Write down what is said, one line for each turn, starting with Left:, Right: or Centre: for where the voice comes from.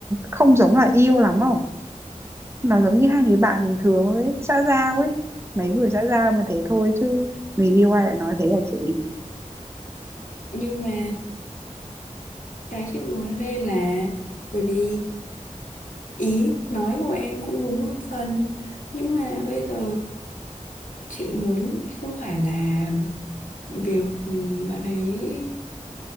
Right: không giống là yêu lắm không nó giống như hai người bạn bình thường ấy xã giao ấy mấy người xã giao mà thế thôi chứ người yêu ai lại nói thế là chị
Left: Nhưng mà Cái chị muốn ở đây là Bởi vì ý nói của em cũng đúng một phần Nhưng mà bây giờ Chị muốn không phải là Việc bạn ấy